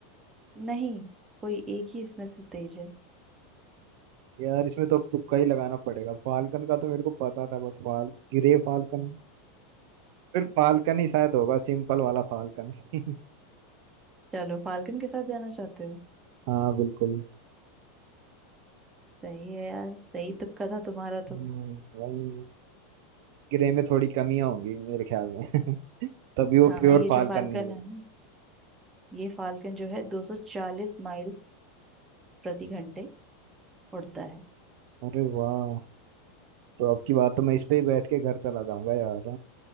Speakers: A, on the right; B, on the right.
A: नहीं कोई एक ही इसमें से तेज है
B: यार इसमें तो अब तुक्का ही लगाना पड़ेगा फाल्कन का तो मेरे को पता था बट फाल ग्रे फाल्कन फिर फाल्कन ही शायद होगा सिंपल वाला फाल्कन <laughs>
A: चलो फाल्कन के साथ जाना चाहते हो
B: हाँ बिल्कुल
A: सही है यार सही तुक्का था तुम्हारा तो
B: हम्म, वही ग्रे में थोड़ी कमियां होंगी मेरे ख्याल में <laughs> तभी वो
A: हाँ
B: प्योर
A: ये
B: फाल्कन
A: जो फाल्कन
B: नहीं है
A: है ना ये फाल्कन जो है 240 माइल्स प्रति घंटे उड़ता है
B: अरे वाह तो अब की बात तो मैं इस पे ही बैठ के घर चला जाऊंगा यार